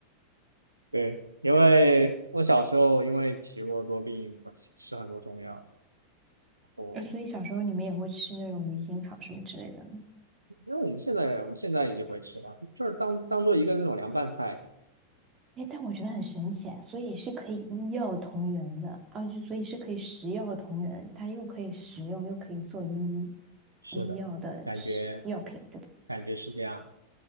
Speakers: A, on the right; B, on the right.
A: 对，因为我小时候因为体弱多病，我吃很多中药，然
B: 呃，所以小时候你们也会吃那种鱼腥草什么之类的吗？
A: 因为我们现在我们现在也会吃吧，就是当当做一个那种凉拌菜。
B: 哎，但我觉得很神奇，所以是可以医药同源的，啊，就所以是可以食药同源，它又可以食用，又可以做医
A: 是的，
B: 医药的食药品，
A: 感觉
B: 对吧？
A: 感觉是这样，